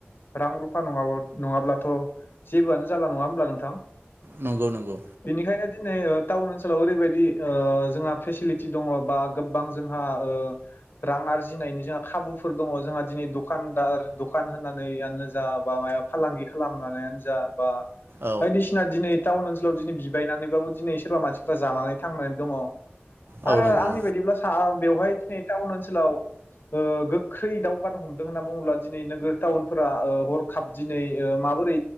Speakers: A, on the left; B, on the right.
A: रां रुफा नङाब नङाब्लाथ जेबोआनो जाला नङा होमब्ला नोंथां?
B: नंगौ नंगौ
A: बेनिखायनो दिनै टाउन ओनसोलाव ओरैबायदि ओ जोंहा फेसिलिटि दङ बा गोबां जोंहा ओ रां आरजिनायनि जोंहा खाबुफोर दङ जोंहा दिनै दखानदार दखान होनानैयानो जा बा मा फालांगि खालामनानैनो जा बा
B: औ
A: बायदिसिना दिनै टाउन ओनसोलाव दिनै बिबायनानैबाबो दिनै सोरबा मानसिफ्रा जानानै थांनानै दङ।
B: औ
A: आरो
B: नंगौ
A: आंनि बायदिब्ला सा बेवहाय बे टाउन ओनसोलाव ओ गोख्रै दावगानो हमदों होनना बुङोब्ला दिनैनि नोगोर टाउनफोरा ओ हरखाब दिनै ओ माबोरै